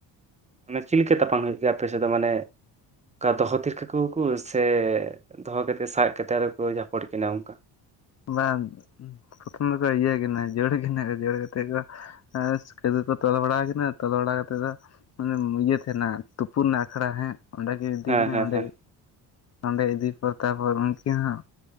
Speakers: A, on the right; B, on the left.
A: ᱢᱟᱱᱮ ᱪᱮᱫ ᱞᱮᱠᱟ ᱛᱟᱯᱟᱢ ᱦᱩᱭᱩᱜ ᱜᱮᱭᱟ ᱟᱯᱮ ᱥᱮᱫ ᱫᱚ ᱢᱟᱱᱮ ᱚᱱᱠᱟ ᱫᱚᱦᱚ ᱛᱷᱤᱨ ᱠᱟᱠᱚᱣᱟ ᱠᱚ ᱥᱮ ᱫᱚᱦᱚ ᱠᱟᱛᱮᱫ ᱥᱟᱵ ᱠᱟᱛᱮᱫ ᱟᱨ ᱠᱚ ᱡᱷᱟᱯᱚᱲ ᱠᱤᱱᱟ ᱚᱱᱠᱟ᱾
B: ᱵᱟᱝ ᱯᱨᱚᱛᱷᱚᱢ ᱫᱚᱠᱚ ᱤᱭᱟᱹ ᱠᱤᱱᱟᱹ ᱡᱟᱹᱲ ᱠᱤᱱᱟᱹ ᱠᱚ ᱡᱟᱹᱲ ᱠᱟᱛᱮ ᱠᱚ ᱠᱟᱹᱛ ᱠᱚ ᱛᱚᱞ ᱵᱟᱲᱟ ᱠᱤᱱᱟ ᱛᱚᱞᱚ ᱵᱟᱲᱟ ᱠᱟᱛᱮᱫ ᱫᱚ ᱢᱟᱱᱮ ᱤᱭᱟᱹ ᱛᱟᱦᱮᱱᱟ ᱛᱩᱯᱩᱱ ᱟᱠᱷᱲᱟ ᱦᱮᱸ᱾ ᱚᱸᱰᱮ ᱠᱤᱱ ᱤᱫᱤ
A: ᱦᱮᱸ
B: ᱠᱤᱱᱟᱹ
A: ᱦᱮᱸ
B: ᱚᱸᱰᱮ
A: ᱦᱮᱸ
B: ᱚᱸᱰᱮ ᱤᱫᱤ ᱯᱚᱨ ᱛᱟᱯᱚᱨ ᱩᱱᱠᱤᱱ ᱦᱚᱸ᱾